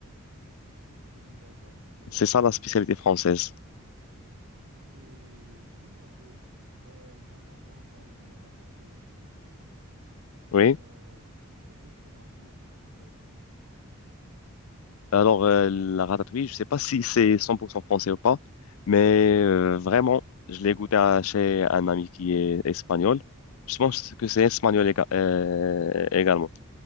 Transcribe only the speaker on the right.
Hmm, D'accord, je vois
un peu.
Et dis-moi un peu, euh, j'entends souvent parler de la ratatouille.
Euh, est-ce que tu peux m'en dire un peu plus là-dessus?